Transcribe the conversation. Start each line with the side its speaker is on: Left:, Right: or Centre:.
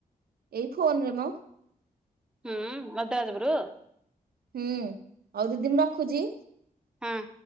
Right: ଏଇ ଫୋନ ରେ ମ।
Centre: ହୁଁ ମଦରାଜପୁର?
Right: ହୁଁ ହଉ ଦିଦି ମୁଁ ରଖୁଜି?
Centre: ହଁ।